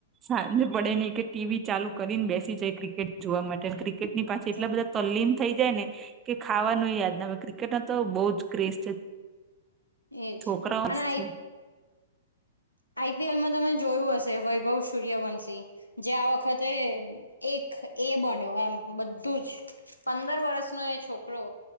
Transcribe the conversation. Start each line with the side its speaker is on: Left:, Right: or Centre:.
Right: સાંજ પડે ને કે ટીવી ચાલુ કરીને બેસી જઈએ ક્રિકેટ જોવા માટે. ક્રિ કેટની પાછળ
Left: અચ્છા
Right: એટલા બધા તલ્લીન થઈ જાયને કે ખાવાનું યાદ ના આવે ક્રિકેટમાં તો બઉ જ ક્રેઝ છે.
Left: એ જ
Right: છોકરાઓ
Left: અન આ
Right: છે
Left: આઈપીએલમાં તમે જોયું હશે, વૈભવ સૂર્યવંશી જે આ વખતે એક એ બન્યો એમ બધું જ પંદર વર્ષનો એ છોકરો